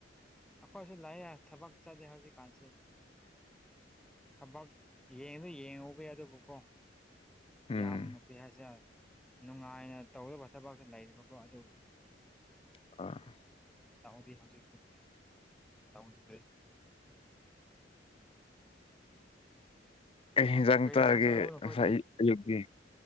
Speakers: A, in the centre; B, on the left (about 30°).
A: ꯑꯩꯈꯣꯏꯁꯨ ꯂꯥꯏꯌꯦ ꯊꯕꯛ ꯆꯠꯂꯦ ꯍꯧꯖꯤꯛꯀꯥꯟꯁꯤ ꯊꯕꯛ ꯌꯦꯡꯗ ꯌꯦ <unintelligible> ꯑꯗꯨꯕꯨꯀꯣ
B: ꯎꯝ
A: ꯌꯥꯝꯅ ꯀꯩ ꯍꯥꯏꯁꯦ ꯅꯨꯡꯉꯥꯏꯅ ꯇꯧꯗꯕ ꯊꯕꯛꯇ ꯂꯩꯔꯤꯕꯀꯣ ꯑꯗꯨ
B: ꯑ
A: <unintelligible> ꯍꯧꯖꯤꯇꯤ <unintelligible>
B: ꯀꯩ ꯍꯦꯟꯖꯥꯡ
A: ꯀꯔꯤ
B: ꯆꯥꯔꯒꯦ
A: ꯌꯦꯟꯁꯥꯡ ꯆꯥꯔꯕꯣ ꯅꯈꯣꯏꯗꯤ
B: ꯉꯁꯥꯏ ꯑꯌꯨꯛꯇꯤ